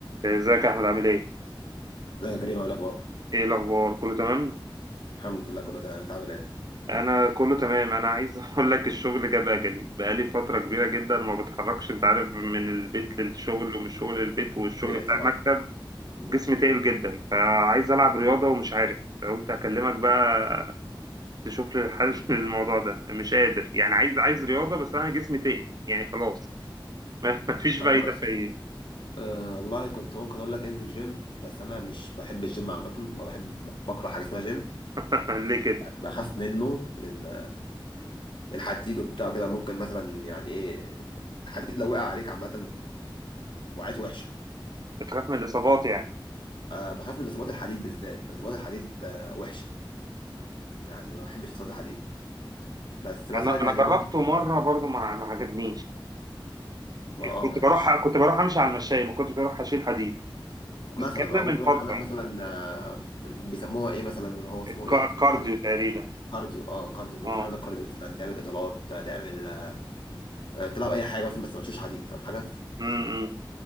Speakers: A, on the right; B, on the left.
A: ازيك يا احمد عامل ايه
B: ده يا كريم عامل إيه؟ اخبارك
A: ايه الاخبار كله تمام
B: الحمد لله كله تمام انت عامل ايه
A: انا كله تمام انا عايز <laughs> اقول لك الشغل جاب اجلي بقالي فتره كبيره جدا ما بتحركش انت عارف من البيت للشغل ومن الشغل للبيت والشغل
B: طبيعي
A: بتاع
B: طبعا
A: المكتب
B: مم.
A: جسمي تقيل جدا فعايز العب رياضه ومش عارف قلت اكلمك بقى تشوف لي الحل <laughs> للموضوع ده مش قادر يعني عايز عايز رياضه بس انا جسمي تقيل يعني خلاص <laughs> ما فيش
B: طب
A: فايده
B: بص
A: فيا
B: آه والله كنت ممكن اقول لك انزل جيم بس انا مش بحب الجيم عامه ما بحب بكره حاجه اسمها جيم
A: <laughs> ليه كده
B: بخاف منه لان الحديد وبتاع كده ممكن مثلا يعني ايه الحديد لو وقع عليك عامه وقعت وحشه
A: بخاف من الاصابات يعني
B: آه بخاف من اصابات الحديد بالذات اصابات الحديد آه وحشه يعني ما بحبش اصابات الحديد بس مثلا
A: انا
B: يعني
A: انا جربته
B: ممكن
A: مره برضو ما ما عجبنيش
B: ما اه
A: كنت بروح كنت بروح امشي على المشاية ما كنتش بروح اشيل حديد
B: مثلا
A: بس الكلام
B: اه ممكن
A: ده من
B: واحد
A: فترة
B: عندك
A: يعني،
B: مثلا آه، بيسموها ايه مثلا اللي هو اسمه
A: الك-
B: ايه كان
A: الكارديو
B: اسمه ايه
A: تقريبا
B: كارديو اه كارديو ممكن
A: اه
B: تعمل لك كارديو مثلا تعمل اطالات تعمل آه، آه، تلعب اي حاجه مثلا بس ما تشيلش حديد فاهم حاجه
A: امم